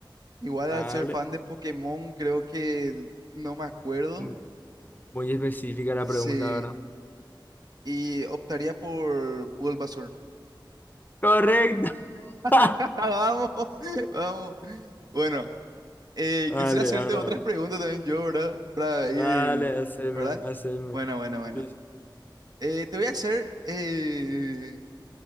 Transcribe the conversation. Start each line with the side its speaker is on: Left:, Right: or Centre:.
Right: igual
Left: vale.
Right: al ser fan de Pokémon, creo que no me acuerdo.
Left: Mm, Muy específica la
Right: Sí.
Left: pregunta, ¿verdad?
Right: Y optaría por Bulbasaur.
Left: Correcto. <laughs>
Right: <laughs> Vamos, <laughs> vamos. Bueno. Eh,
Left: Vale,
Right: quisiera hacerte
Left: ahora.
Right: otras preguntas también yo, ¿verdad? Para ir,
Left: Vale, haceme,
Right: ¿verdad?
Left: haceme.
Right: Bueno, bueno, bueno.
Left: Sí, sí.
Right: Eh, te voy a hacer eh,